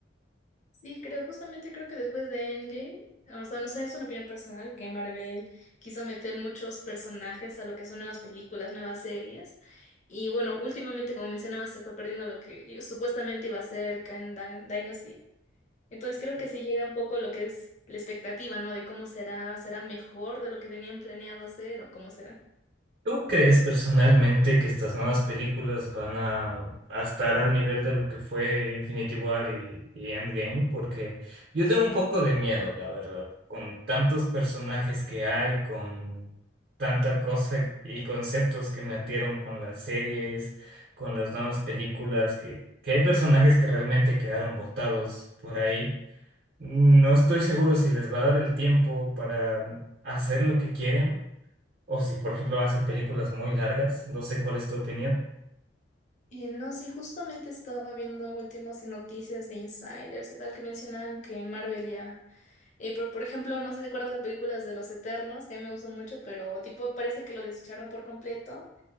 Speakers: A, on the left; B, on the right.
A: Sí, creo, justamente creo que después de Endgame, o sea, no sé, es una opinión personal que Marvel quiso meter muchos personajes a lo que son nuevas películas, nuevas series. Y bueno, últimamente, como mencionabas se fue perdiendo lo que i- supuestamente iba a ser Kang Dyn- Dynasty. Entonces creo que sí llega un poco lo que es la expectativa, ¿no? De cómo será, será mejor de lo que tenían planeado hacer o cómo será.
B: ¿Tú crees personalmente que estas nuevas películas van a, a estar al nivel de lo que fue Infinity War y, y Endgame? Porque yo tengo un poco de miedo, la verdad, con tantos personajes que hay, con tanta cosa y conceptos que metieron con las series, con las nuevas películas, que, que hay personajes que realmente quedaron botados por ahí. No estoy seguro si les va a dar el tiempo para hacer lo que quieren o si, por ejemplo, van a ser películas muy largas, no sé cuál es tu opinión.
A: Y no, sí, justamente estaba viendo últimas noticias de insiders y tal que mencionaban que Marvel ya Y por, por ejemplo, no sé si recuerdas las películas de Los Eternos, que a mí me gustó mucho, pero tipo parece que lo desecharon por completo.